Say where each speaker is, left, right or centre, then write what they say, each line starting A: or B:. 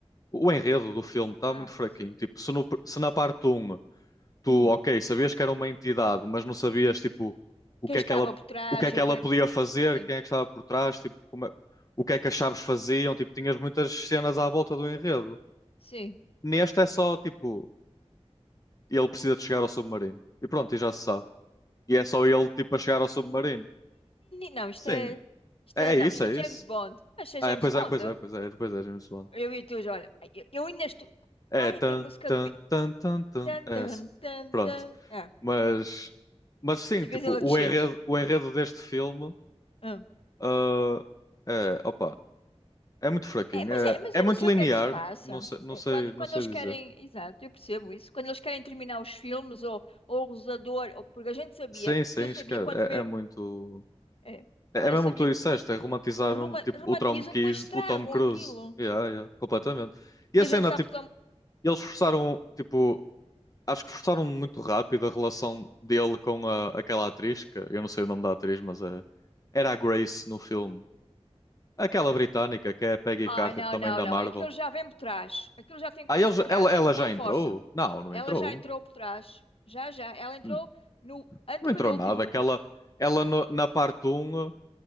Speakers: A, on the left (about 30°); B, on the left (about 60°).
A: O enredo do filme estava
B: Ah,
A: muito fraquinho.
B: sim.
A: Tipo, se, no pr- se na parte um tu,
B: Hum.
A: ok, sabias que era uma entidade, mas não sabias, tipo, o
B: Quem
A: que
B: estava
A: é que ela,
B: por trás,
A: o que é que
B: o
A: ela
B: que é
A: podia
B: que.
A: fazer,
B: Sim,
A: quem é que estava por trás, tipo, como é- o que é que as chaves faziam. Tipo, tinhas muitas cenas à volta do enredo.
B: sim.
A: Neste é só, tipo, ele precisa de chegar ao submarino. E pronto, e já se sabe. E é só ele, tipo, a chegar ao submarino.
B: Não, isto
A: Sim,
B: é. Isto
A: é
B: é,
A: é
B: não,
A: isso,
B: isto
A: é
B: é James
A: isso.
B: Bond. Mas isto é
A: Ah,
B: James
A: é, pois
B: Bond?
A: é, pois é, pois é, depois é James Bond.
B: Eu e tu, olha. Eu, eu ainda estou.
A: É,
B: Qual é
A: tan,
B: que é a música
A: tan,
B: do. mi-
A: tan, tan, tan,
B: Tan,
A: é
B: tan,
A: essa.
B: tan,
A: Pronto,
B: tan. Ah,
A: mas, mas sim,
B: e
A: tipo,
B: vês ela
A: o
B: descer.
A: enredo, o enredo deste filme,
B: Ah.
A: ah, é, opa, é muito fraquinho,
B: É, mas,
A: é,
B: é, mas
A: é
B: eu
A: muito
B: não sei
A: linear,
B: o que é que se passa.
A: não sei, não
B: É,
A: sei,
B: quando, quando
A: não sei
B: eles
A: dizer.
B: querem. Exato, eu percebo isso. Quando eles querem terminar os filmes ou, ou o Rosador, ou, porque a gente sabia,
A: Sim, sim,
B: eu sabia
A: esque-
B: quando
A: é,
B: fui ver.
A: é muito...
B: é,
A: É,
B: quando
A: é mesmo
B: eu sabia.
A: o que tu disseste, é romantizar
B: Roma,
A: mesmo, tipo,
B: romantizam,
A: o Tom Cruise,
B: depois estragam
A: o Tom Cruise.
B: aquilo.
A: Yeah, yeah, completamente. E
B: E
A: a cena,
B: a gente sabe
A: tipo, E eles forçaram, tipo, acho que forçaram muito rápido a relação dele com a, aquela atriz, que eu não sei o nome da atriz, mas é, era a Grace no filme. Aquela britânica que é a Peggy
B: Ai,
A: Carter,
B: não,
A: também
B: não,
A: da
B: não.
A: Marvel.
B: Aquilo já vem por trás. Aquilo já tem coisas
A: Ah, eles,
B: por trás.
A: ela, ela
B: Não
A: já
B: força.
A: entrou? Não, não
B: Ela
A: entrou.
B: já entrou por trás. Já, já. Ela entrou
A: N-
B: no antepenúltimo.
A: Não entrou nada. Aquela, ela no- na parte um